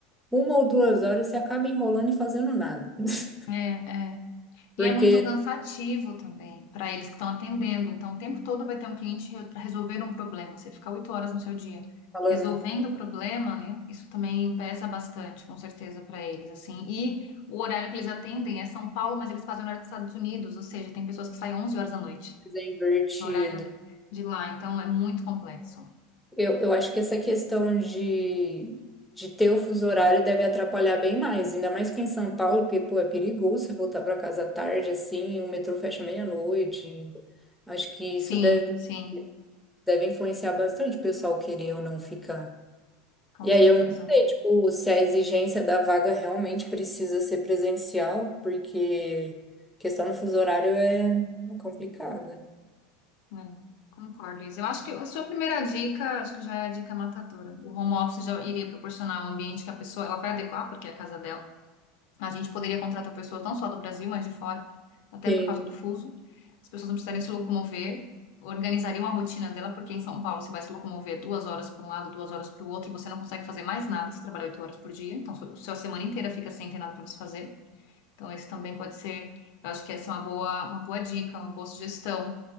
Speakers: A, in the centre; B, on the left.
A: uma ou duas horas você acaba enrolando e fazendo nada. <laughs>
B: é, é.
A: Porque,
B: E é muito cansativo também para eles que estão atendendo. Então, o tempo todo vai ter um cliente para resolver um problema. Você ficar oito horas no seu dia
A: falando,
B: resolvendo o problema, né? Isso também pesa bastante, com certeza, para eles, assim. E o horário que eles atendem é São Paulo, mas eles fazem o horário dos Estados Unidos, ou seja, tem pessoas que saem 11 horas da noite,
A: coisa invertida,
B: que é o horário de lá. Então, é muito complexo.
A: eu, eu acho que essa questão de, de ter o fuso horário deve atrapalhar bem mais. Ainda mais que em São Paulo, porque, pô, é perigoso você voltar pra casa tarde, assim, o metrô fecha meia-noite. Acho que isso
B: Sim,
A: deve
B: sim,
A: deve influenciar bastante o pessoal querer ou não ficar.
B: com
A: E
B: certeza.
A: aí eu não sei, tipo, se a exigência da vaga realmente precisa ser presencial, porque questão do fuso horário é, é complicada.
B: É, concordo, Liz. Eu acho que a sua primeira dica, acho que já é a dica matadora. O home office já iria proporcionar um ambiente que a pessoa, ela vai adequar, porque é a casa dela. A gente poderia contratar pessoas não só do Brasil, mas de fora, até
A: Sim,
B: por causa do fuso. As pessoas não precisariam se locomover, organizariam a rotina dela, porque em São Paulo você vai se locomover duas horas para um lado, duas horas para o outro, você não consegue fazer mais nada se trabalhar oito horas por dia. Então, sua, sua semana inteira fica sem ter nada para você fazer. Então, isso também pode ser, eu acho que essa é uma boa, uma boa dica, uma boa sugestão